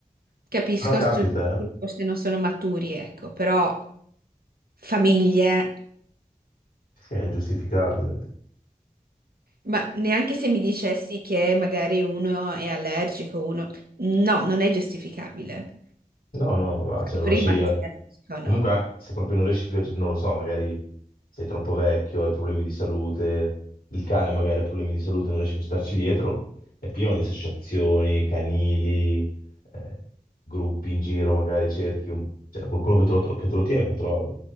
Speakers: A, on the right (about 90°); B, on the left (about 80°).
A: capisco,
B: Però capita,
A: studenti
B: eh?
A: forse non sono maturi, ecco, però famiglie,
B: Sì, è ingiustificabile.
A: ma neanche se mi dicessi che magari uno è allergico, uno... No, non è giustificabile.
B: No, no, ma va,
A: Sai
B: cioè, lo
A: prima
B: lasci...
A: che
B: eh,
A: sia allergico o
B: Comunque,
A: no.
B: eh, se proprio non riesci più, a ge- non lo so, magari sei troppo vecchio, hai problemi di salute, il cane magari ha problemi di salute, non riesci più a starci dietro, è pieno di associazioni, canili, eh, gruppi in giro, magari cerchi un- cioè, qualcuno che te lo, tro- che te lo tiene, lo trovi.